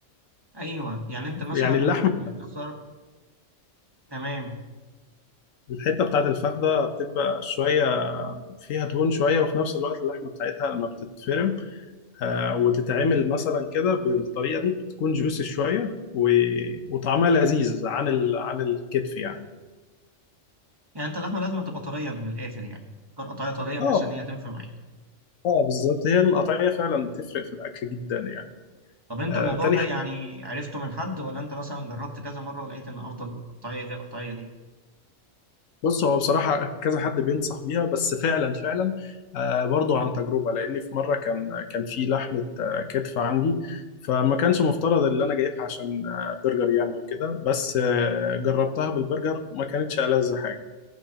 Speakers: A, on the right; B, on the left.
A: ايوه يعني انت مثلا
B: يعني اللحمة
A: بتختار تمام
B: الحتة بتاعت الفخدة بتبقى شوية فيها دهون شوية وفي نفس الوقت اللحمة بتاعتها لما بتتفرم آه، وتتعمل مثلا كده بالطريقه دي بتكون جوسي شويه و... وطعمها لذيذ عن ال... عن الكتف يعني
A: يعني انت اللحمه لازم تبقى طريه من الاخر يعني تختار قطعيه طريه بحيث
B: اه
A: ان هي تنفع معاك
B: اه بالظبط هي القطعيه فعلا بتفرق في الاكل جدا يعني
A: طب انت
B: آه
A: الموضوع
B: تاني
A: ده
B: حاجه
A: يعني عرفته من حد ولا انت مثلا جربت كذا مره ولقيت ان افضل قطعيه هي القطعيه دي
B: بص هو بصراحه كذا حد بينصح بيها بس فعلا فعلا آه برضو عن تجربه لاني في مره كان كان في لحمه آه كتف عندي فما كانش مفترض اللي انا جايبها عشان آه برجر يعني وكده بس آه جربتها بالبرجر ما كانتش ألذ حاجه